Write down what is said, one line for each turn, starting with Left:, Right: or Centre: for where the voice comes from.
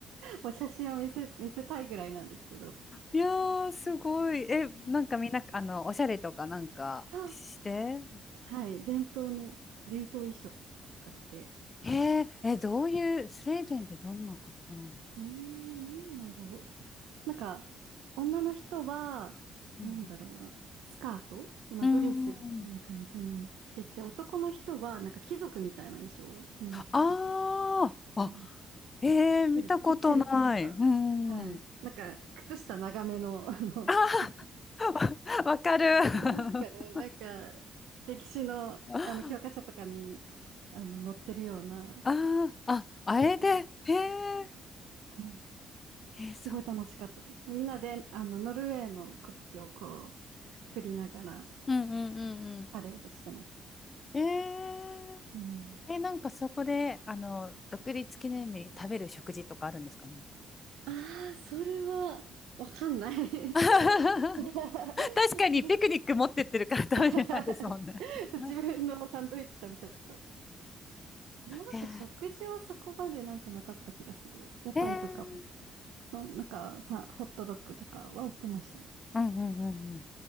Right: もう写真を見せ、見せたいぐらいなんですけど。
Left: いやー、すごい。え、なんかみんな、あの、おしゃれとかなんかして
Right: あはい、伝統の、伝統衣装が来て。
Left: えー、え、どういう、スウェーデンってどんな格好なんだ
Right: うーん、なんだろう。なんか、女の人は、
Left: うん
Right: なんだろうな、スカートまあ、
Left: うーん。
Right: ドレスみたいな感じの着てて、男の人は、なんか貴族みたいな衣装をみんな着てます。
Left: ああ、あ、
Right: うん。
Left: えー見たことない。
Right: きっちり、きっちりとした。
Left: うー
Right: はい。
Left: ん。
Right: なんか、靴下長めの、あの、
Left: <laughs> あ
Right: <laughs>
Left: あ、わわかる。
Right: わかりますかねなんか、
Left: <laughs>
Right: 歴史の、
Left: あ
Right: あの、教科書とかに、あの、載ってるような、
Left: あ、あ、あれで、
Right: 貴族の、
Left: へえ、
Right: はい。
Left: えー、そう。
Right: すごい楽しかったです。みんなで、あの、ノルウェーの国旗をこう、振りながら、
Left: うんうんうん
Right: パレードしてました。
Left: うん。え
Right: うん。
Left: ええ、なんかそこで、あの、独立記念日に食べる食事とかあるんですかね。
Right: ああ、それは、わかんない。<laughs>
Left: <laughs>
Right: それ
Left: 確かにピクニック持ってってるから食べてないですもんね。
Right: <laughs> そう自分のサンドイッチ食べちゃってた。
Left: <laughs> あ
Right: でもなんか食事はそこまでなんかなかった気がする。
Left: え
Right: 屋台とか
Left: ー、
Right: そのなんかさ、ホットドッグとかは売ってましたね。
Left: うんうんうん